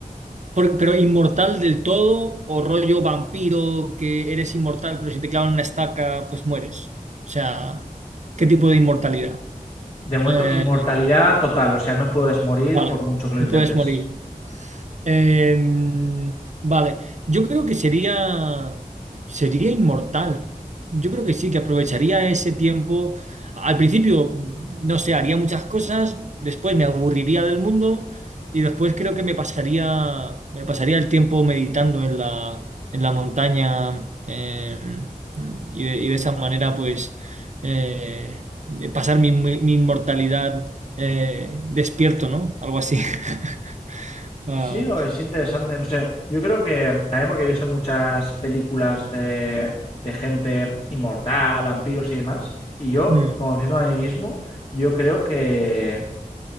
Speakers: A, on the right; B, on the left.
A: Por- pero inmortal del todo o rollo vampiro que eres inmortal, pero si te clavan una estaca, pues mueres. O sea, ¿qué tipo de inmortalidad?
B: De momento,
A: Eh,
B: inmortalidad total, o sea, no puedes morir
A: vale,
B: por mucho que lo
A: no
B: intentes.
A: puedes morir. Em, vale, yo creo que sería, sería inmortal. Yo creo que sí, que aprovecharía ese tiempo. Al principio, no sé, haría muchas cosas, después me aburriría del mundo y después creo que me pasaría, me pasaría el tiempo meditando en la, en la montaña em, y, de, y de esa manera, pues, eh, pasar mi, mi- mi inmortalidad eh, despierto, ¿no? Algo así. <laughs> Ah,
B: Sí, o es interesante, no sé. Yo creo que también porque he visto muchas películas de, de gente inmortal, vampiros y demás, y yo,
A: Mm,
B: conociendo a mí mismo, yo creo que